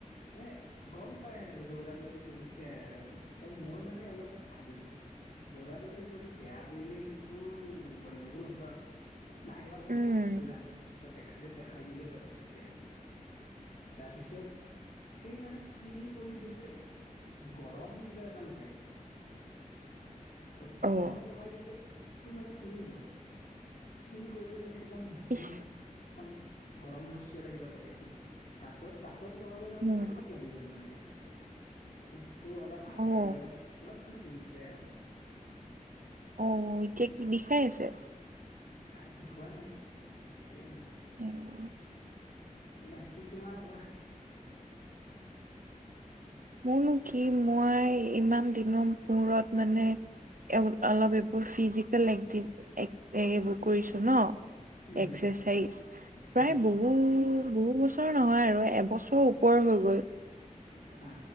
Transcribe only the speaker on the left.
মানে গম পাই আৰু দৌৰা-দৌৰি কৰিছে আৰু ত মোৰ মানে অলপ ভাবিছো। দৌৰা-দৌৰি কৰি বেয়া কৰিলে কিন্তু গণ্ডগোল হ'ব আকৌ। নাই হোৱা গণ্ডগোল
সেইটো জানো, পিছত এক্সৰেত দেখাই দিলে বাৰু ঠিকেই আছে। তাৰপিছত সেই মানে চিল কৰি দিওঁতে গৰম কিবা এটা লগাই দিয়ে।
ত
ঘৰম লগাই দিওঁতে উতটো মানে পুৰি গ'ল চিল কৰি দি মানে। একদম হিট
দম গৰম বস্তু এটা কিবা লগাই দিয়ে দাতাঁত দাঁ। ত'ত লগাব যাওঁতে
উঠত লাগি গ'ল মানে বস্তুটো ত উঠটো অলপ আগফালে
অলপ অলপ। মান পুৰিছে আৰু।
উম
নাই বিষুৱা নাই আছোএনে।
বাকী তোমাৰ কোৱা।
উম
উম
আ।